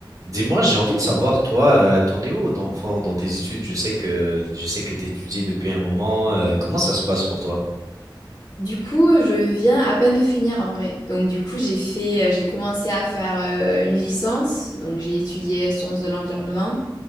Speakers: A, on the right; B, on the left.
A: Dis-moi, j'ai envie de savoir, toi, euh, t'en es où dans, enfin, dans tes études? Je sais que je sais que t'étudies depuis un moment. euh, comment ça se passe pour toi?
B: Du coup, je viens à peine de finir en vrai. Donc, du coup, j'ai fait, euh, j'ai commencé à faire euh, une licence. Donc, j'ai étudié sciences de l'environnement.